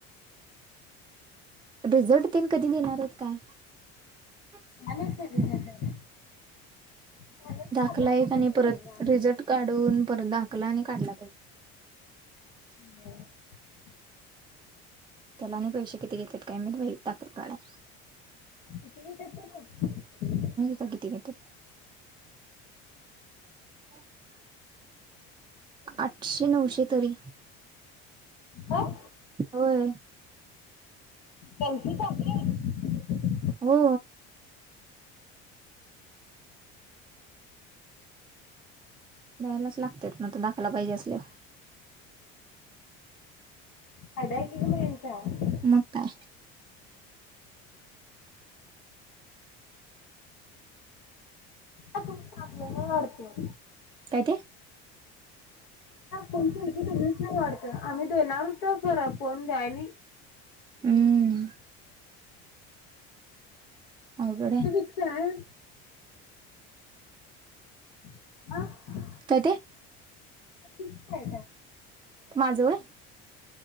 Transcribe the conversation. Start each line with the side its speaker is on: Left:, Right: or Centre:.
Right: रिझल्ट तेन कधी देणार आहेत काय
Left: काय माहित किती देतात. झालं
Right: दाखला
Left: आता देतील
Right: एक आणि
Left: की
Right: परत
Left: आम्हाला
Right: रिझल्ट काढून परत दाखला आणि काढला. <unintelligible>
Left: <unintelligible>
Right: त्याला आणि पैसे किती घेतात काय माहित बाई टाक काढाय
Left: किती घेतात गं मग
Right: सा किती घेत्यात <unintelligible> आठशे -नऊशे तरी
Left: अ
Right: होय
Left: पैसे टाकल्यात
Right: हो द्यायलाच लागत्यात मग तूला दाखला पाहिजे असल्यावर
Left: फायदा हाय कि गं मग यांचा
Right: मग काय
Left: आपल्या वाढत होय
Right: केय
Left: कोण खिडकी दिलीच नाही वाढत, आम्ही देणार होत खर कोन द्या आणि
Right: हम्म अवघड आहे
Left: तिथ रिक्षा आहे अं
Right: काय ते
Left: <inaudible> काय
Right: माझं व्हयं